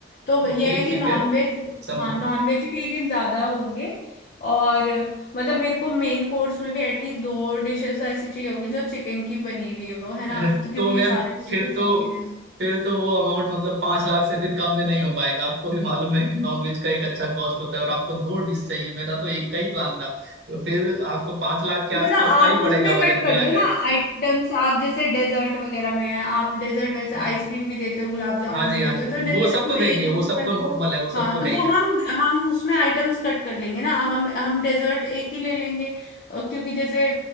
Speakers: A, on the left; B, on the right.
A: तो
B: ओके
A: यह है कि
B: ठीक
A: नॉनवेज
B: है समझ
A: हाँ
B: रहा
A: नॉन
B: हूँ
A: वेजिटेरियन ज्यादा होंगे और मतलब मेरे को मेन कोर्स में भी एटलीस्ट दो डिशेस ऐसी चाहिए होगी जो चिकन की बनी हुई हो
B: <laughs>
A: है ना
B: अरे
A: तो क्योंकि
B: तो मैम
A: सारे उसी
B: फिर
A: के शौकीन
B: तो
A: हैं
B: फिर तो वो अमाउंट मतलब पांच लाख से फिर कम में नहीं हो पाएगा आपको भी मालूम है कि नॉनवेज का एक अच्छा कॉस्ट होता है और आपको दो डिश चाहिए मेरा तो एक का ही प्लान था तो फिर आपको पांच लाख के
A: तो मतलब
B: आसपास
A: आप
B: का ही पड़ेगा
A: उसमें कट
B: बजट
A: कर
B: मिला
A: लो
B: करके
A: ना आइटम्स आप जैसे डेजर्ट वगैरह में है आप डेजर्ट वैसे
B: ओहो
A: आइसक्रीम भी देते हो गुलाब जामुन
B: हाँ जी
A: भी देते
B: हाँ जी
A: हो तो डेजर्ट
B: वो सब तो
A: हम
B: देंगे
A: एक ही
B: वो
A: प्रिफर
B: सब तो नॉर्मल है वो सब
A: हाँ
B: तो
A: तो
B: है ही
A: वो
B: है
A: हम हम उसमें आइटम्स कट कर लेंगे ना हम हम डेजर्ट एक ही ले लेंगे अ, क्योंकि जैसे